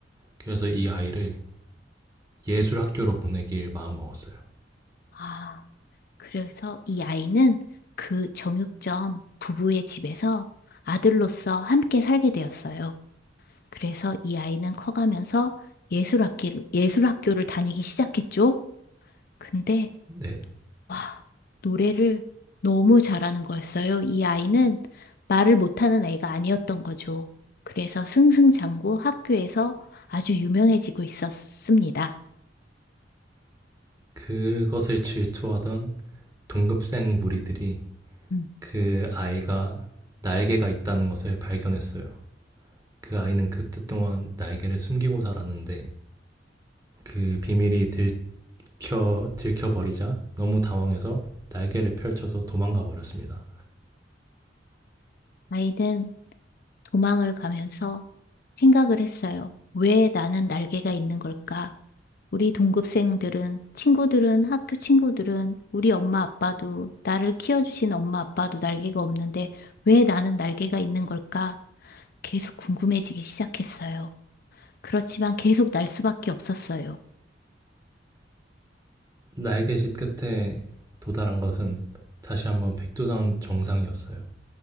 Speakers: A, on the right; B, on the left.
A: 그래서 이 아이를 예술 학교로 보내길 마음먹었어요.
B: 아, 그래서 이 아이는 그 정육점 부부의 집에서 아들로서 함께 살게 되었어요. 그래서 이 아이는 커가면서 예술학기를, 예술학교를 다니기 시작했죠. 근데
A: 네.
B: 와, 노래를 너무 잘하는 거였어요. 이 아이는 말을 못하는 애가 아니었던 거죠. 그래서 승승장구 학교에서 아주 유명해지고 있었습니다.
A: 그것을 질투하던 동급생 무리들이
B: 음.
A: 그 아이가 날개가 있다는 것을 발견했어요. 그 아이는 그 뜻 동안 날개를 숨기고 살았는데 그 비밀이 들켜 들켜 버리자 너무 당황해서 날개를 펼쳐서 도망가 버렸습니다.
B: 아이는 도망을 가면서 생각을 했어요. 왜 나는 날개가 있는 걸까? 우리 동급생들은, 친구들은, 학교 친구들은, 우리 엄마 아빠도, 나를 키워주신 엄마 아빠도 날개가 없는데 왜 나는 날개가 있는 걸까? 계속 궁금해지기 시작했어요. 그렇지만 계속 날 수밖에 없었어요.
A: 날개짓 끝에 도달한 것은 다시 한번 백두산 정상이었어요.